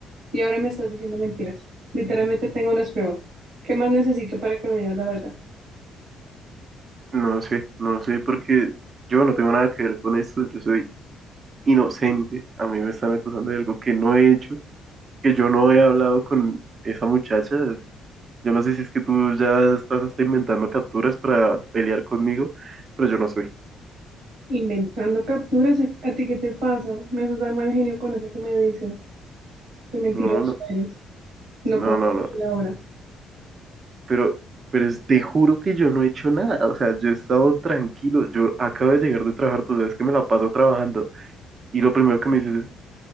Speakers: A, on the right; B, on the right.
A: Y ahora me estás diciendo mentiras. Literalmente tengo las pruebas. ¿Qué más necesito para que me digas la verdad?
B: No sé, no sé, porque yo no tengo nada que ver con eso. Yo soy inocente. A mí me están acusando de algo que no he hecho, que yo no he hablado con esa muchacha. Yo no sé si es que tú ya estás hasta inventando capturas para pelear conmigo, pero yo no soy.
A: Inventando capturas, ¿a, a ti qué te pasa? Me haces dar mal genio con eso que me dices. Qué mentiroso
B: No, no,
A: eres. No
B: no,
A: confío
B: no, no.
A: en ti ahora.
B: Pero, pero es- te juro que yo no he hecho nada, o sea, yo he estado tranquilo, yo acabo de llegar de trabajar, tú sabes que me la paso trabajando, y lo primero que me dices es